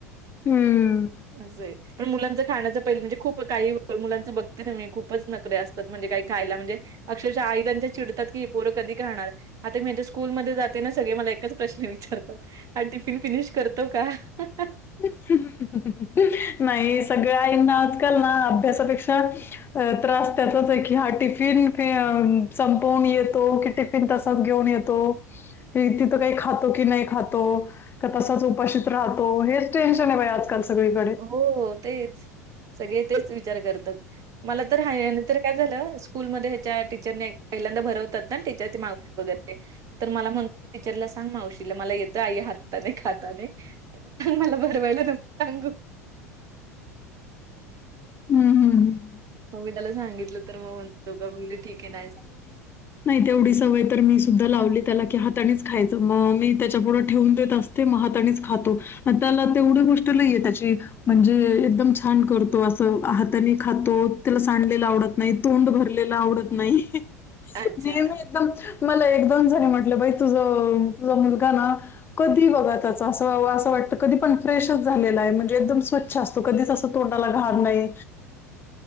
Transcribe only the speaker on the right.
अस हे पण मुलांचं खाण्याचं पहिलं म्हणजे खूप काही मुलांचं बघते ना मी खूपच नखरे असतात म्हणजे काही खायला म्हणजे अक्षरच्या आई त्यांच्या चिडतात की पोरं करणार आता माझ्या स्कूलमध्ये जाते ना सगळे मला एकच प्रश्न विचारतात हा टिफिन फिनिश करतो का अहं ह्
हो तेच सगळे तेच विचार करतात मला तर ह तरर काय झालं स्कूल म ह्याच्या टीचरने पहिल्यांदा भरवतात ना टीचरची मागणी वगैरे तर मला म्हणतो टीचरला सांग मावशीला मला येतं आई हाताने खाताना सांग मला बरंवाहियला ना सांगू
मग मी त्याला सांगितलं तर मग म्हणतो का मी ठीके नाही
अच्छा.